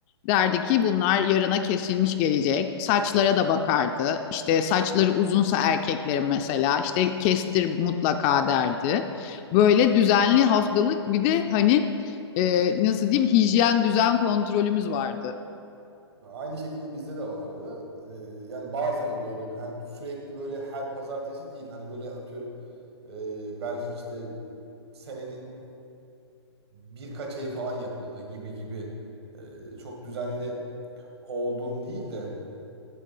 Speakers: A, on the left; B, on the right.
A: derdi ki bunlar yarına kesilmiş gelecek. Saçlara da bakardı. İşte saçları uzunsa erkeklerin mesela işte kestir mutlaka derdi. Böyle düzenli haftalık bir de hani e, nasıl diyeyim hijyen düzen kontrolümüz vardı.
B: Aynı şekilde bizde de vardı. Ee, yani bazen oluyordu. Yani sürekli böyle her pazartesi değil. Hani böyle atıyorum e, belki işte senenin birkaç ay falan yapıldı gibi gibi. Ee, çok düzenli olduğum değil de